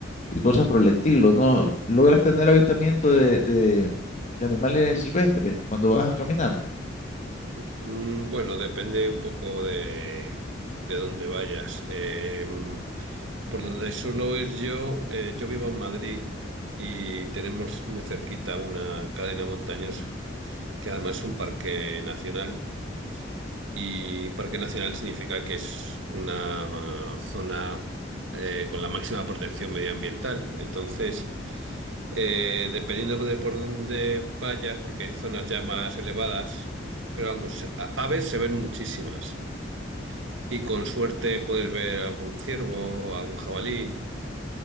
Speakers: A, on the left (about 40°); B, on the right (about 80°).
A: y cosas por el estilo, ¿no? Logras tener avistamiento de, de- de animales silvestres cuando vas a caminar.
B: Mm, Bueno, depende un poco de, de dónde vayas. Eh, por donde suelo ir yo, eh, yo vivo en Madrid y tenemos muy cerquita una cadena montañosa, que además es un parque nacional. Y parque nacional significa que es una ah, zona eh, con la máxima protección medioambiental. Entonces, eh, dependiendo de por dónde vayas, porque hay zonas ya más elevadas, pero vamos, a- aves se ven muchísimas. Y con suerte puedes ver algún ciervo o algún jabalí